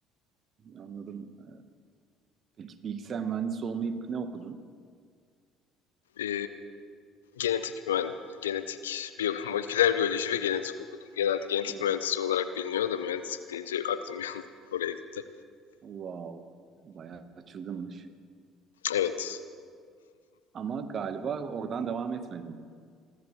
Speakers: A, on the right; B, on the left.
A: Anladım. Ee, Peki bilgisayar mühendisi olmayıp ne okudun?
B: E, Genetik mühen genetik, biyo <laughs> moleküler biyoloji ve genetik okudum. Genelde genetik
A: O-
B: mühendisi olarak biliniyor da mühendislik deyince aklım <laughs> bir oraya gitti.
A: Wow. Bayağı çılgınmış.
B: Evet.
A: Ama galiba oradan devam etmedin.